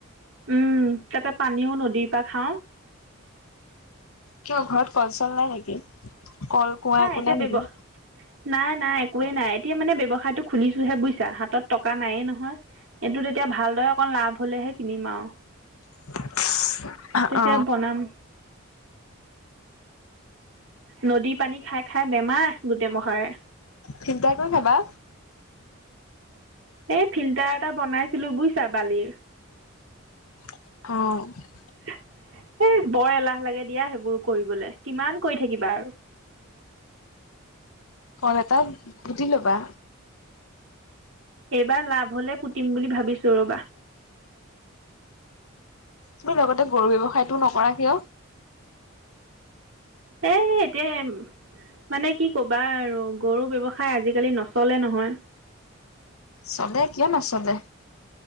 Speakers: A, on the right; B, on the left.
A: উম, তাতে পানীও নদীৰ পৰা খাওঁ।
B: কিয় ঘৰত কল চল নাই নেকি? কল, কুঁৱা একো
A: এতিয়া
B: নাই
A: ব্যৱ
B: নেকি?
A: নাই নাই একোৱেই নাই। এতিয়া মানে ব্যৱসায়তটো খুলিছোহে বুজিছা? হাতত টকা নায়ে নহয়। এইটো তেতিয়া ভালদৰে অকণ লাভ হ'লেহে কিনিম আৰু।
B: <inaudible>
A: তেতিয়া
B: অ
A: বনাম। নদীৰ পানী খাই খাই বেমাৰ গোটেই মহাৰে।
B: ফিল্টাৰ কৰি খাবা।
A: এই ফিল্টাৰ এটা বনাইছিলোঁ বুজিছা বালিৰ।
B: অ'।
A: এ, বৰ এলাহ লাগে দিয়া সেইবোৰ কৰিবলৈ, কিমান কৰি থাকিবা আৰু।
B: কল এটা পুতি ল'বা।
A: এইবাৰ লাভ হ'লে পুতিম বুলি ভাবিছোঁ ৰ'বা।
B: <unintelligible> লগতে গৰু ব্যৱসায়টো নকৰা কিয়?
A: এ, এতিয়া মানে কি ক'বা আৰু গৰু ব্যৱসায় আজিকালি নচলে নহয়।
B: চলে, কিয় নচলে,